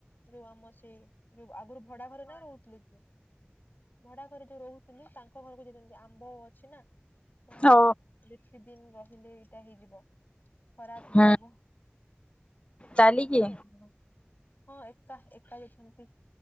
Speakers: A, on the left (about 50°); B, on the left (about 30°).
A: ଯୋଉ ଆମ ସେଇ ଯୋଉ ଆଗୁରୁ ଭଡା ଘରେ ନାଇଁ ରହୁଥିଲେ କି। ଭଡା ଘରେ ଯୋଉ ରହୁଥିଲୁ ତାଙ୍କ ଘରକୁ ଯାଇଚନ୍ତି ଆମ୍ବ ଓ ଅଛି ନା। ତ ଆମ୍ବ
B: ଓ
A: ବେଶୀ ଦିନ୍ ରହିଲେ ଏଇଟା ହେଇଯିବ ଖରାପ ହେଇଯିବ।
B: ହୁଁ ଚାଲିକି
A: ରହରେ ପୁଅ। ହଁ ଏକା ଏକା ଯାଇଛନ୍ତି